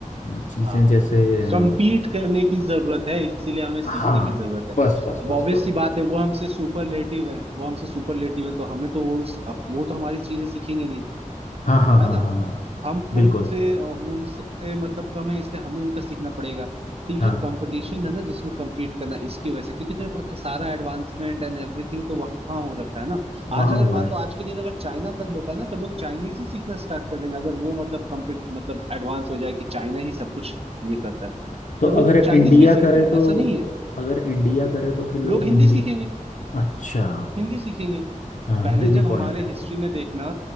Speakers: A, on the left; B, on the right.
A: अ, चीज़ें
B: हाँ
A: जैसे अ,
B: कंपीट करने की जरूरत है इसीलिए हमें सीखने
A: हाँ
B: की जरूरत है
A: बस बस
B: अब
A: बस
B: ऑब्वियस
A: बस
B: सी बात है वो हमसे सुपरलेटिव है वो हमसे सुपरलेटिव है तो हमें तो वो वो तो हमारी चीजें सीखेंगे नहीं
A: हाँ हाँ हाँ
B: है ना
A: हाँ हाँ
B: हम
A: बिल्कुल
B: उनसे हम उनसे मतलब कम है इसलिए हमें उनका सीखना पड़ेगा तो ये
A: हाँ
B: जो कंपटीशन है ना जिसमें compete करना इसकी वजह से क्योंकि तुम्हें पता है सारा एडवांसमेंट एंड एवरीथिंग तो वहां हो रखा है ना
A: वहाँ
B: आज अगर
A: हुआ
B: मान
A: है
B: लो आज के दिन अगर चाइना कर लेता है ना तो लोग चाइनीज ही सीखना स्टार्ट कर देंगे अगर वो मतलब कम्पीट मतलब एडवांस हो जाए कि चाइना ही सब कुछ ये करता है
A: तो
B: तो
A: अगर
B: लोग चाइनीज
A: इंडिया
B: भी सीखते
A: करे
B: हैं
A: तो
B: ऐसा नहीं है
A: अगर इंडिया करे तो फिर लोग
B: लोग
A: हिंदी
B: हिंदी सीखेंगे
A: अच्छा
B: हिंदी सीखेंगे
A: हाँ
B: पहले
A: ये भी
B: जब हमारे
A: पॉइंट है
B: हिस्ट्री में देखना